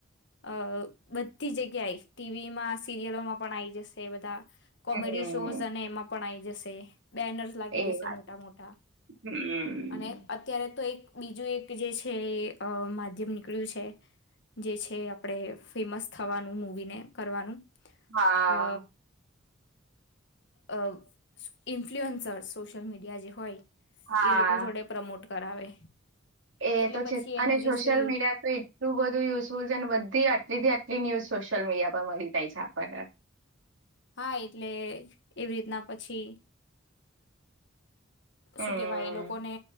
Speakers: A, on the left; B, on the right.
A: અ બધી જગ્યાએ ટીવીમાં સીરિયલોમાં પણ આઈ જશે બધા કોમેડી
B: હમ
A: શોઝ અને એમાં પણ આઈ જશે. બેનર્સ લાગી
B: એ
A: જશે
B: વાત
A: મોટા મોટા
B: હમ
A: અને અત્યારે તો એક બીજું એક જે છે અ માધ્યમ નીકળ્યું છે. જે છે આપણેે ફેમસ થવાનું મૂવીને કરવાનું.
B: હા.
A: અ અ ઇન્ફલ્યુઅન્સર્સ સોશિયલ મીડી એ. આઈ. જે હોય
B: હા.
A: એ લોકો જોડે પ્રમોટ કરાવે.
B: એ
A: એટલે
B: તો
A: પછી
B: છે
A: એનું
B: અને સોશિયલ
A: જે છે
B: મીડિયા તો એટલું બધું યુઝફુલ છે અને બધી આટલે થી આટ ફેક ન્યૂઝ સોશિયલ મીડિયા પર મળી જાય છે આપણને.
A: હા એટલે એવી રીતના પછી
B: હમ
A: શું કેવાય એ લોકોને